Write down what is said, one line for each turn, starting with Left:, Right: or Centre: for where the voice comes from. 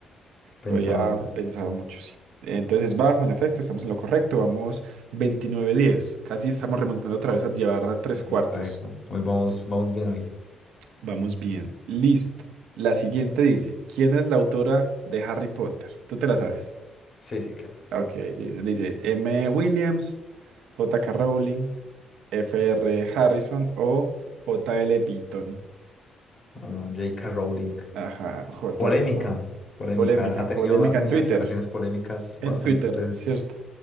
Left: Pensado
Right: Lo había
Left: antes.
Right: pensado mucho, sí. Entonces es bajo, en efecto, estamos en lo correcto. Vamos 29-10. Casi estamos remontando otra vez a llevar a tres cuartos.
Left: Epa, epa. Hoy vamos, vamos bien hoy.
Right: Vamos bien. Listo. La siguiente dice, ¿quién es la autora de Harry Potter? Tú te la sabes.
Left: Sí, sí, claro.
Right: Ok, dice, dice M. Williams, J J.K. Rowling, F R Harrison o J L Beaton.
Left: No, no, J.K. Rowling.
Right: Ajá, J.K.
Left: Polémica,
Right: Rowling.
Left: polémica.
Right: Polémica,
Left: Ha tenido,
Right: polémica
Left: ha tenido
Right: en Twitter.
Left: declaraciones polémicas bastantes
Right: En Twitter,
Left: veces.
Right: ¿cierto?